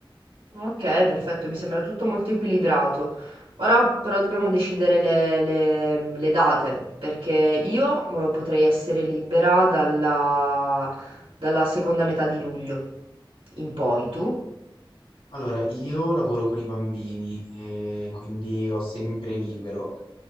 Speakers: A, on the right; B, on the left.
A: ok, perfetto, mi sembra tutto molto equilibrato. Ora però dobbiamo decidere le, le- le date, perché io eh, potrei essere libera dalla, dalla seconda metà di luglio in poi, tu?
B: Allora, io lavoro con i bambini e quindi ho sempre libero.